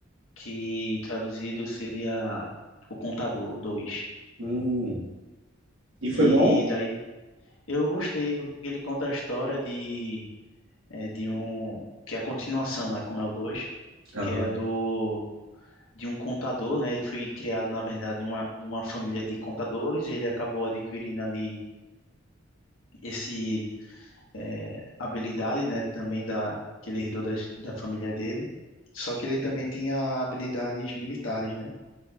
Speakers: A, on the left; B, on the right.
A: que traduzido seria O Contador dois
B: Hum. E foi
A: E
B: bom?
A: daí eu gostei, porque ele conta a história de é, de um que é a continuação, né, como é o 2,
B: Aham.
A: que é do de um contador, né? Ele foi criado, na verdade, de uma, de uma família de contadores, e ele acabou adquirindo ali esse é, habilidade, né, também da que ele herdou das, da família dele. Só que ele também tinha habilidades militares, né?